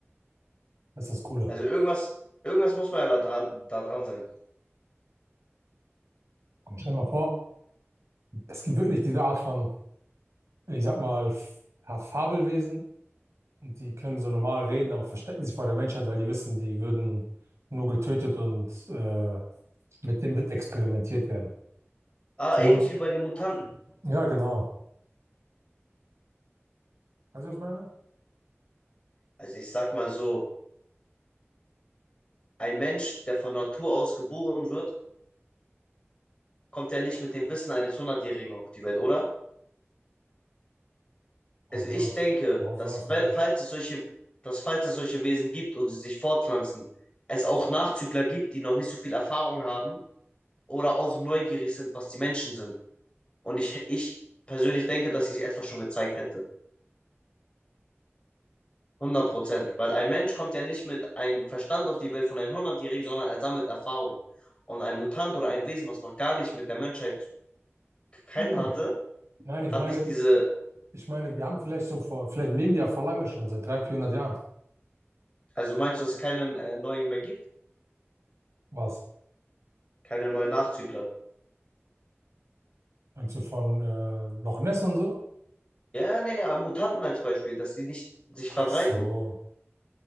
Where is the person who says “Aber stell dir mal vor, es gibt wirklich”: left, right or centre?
Right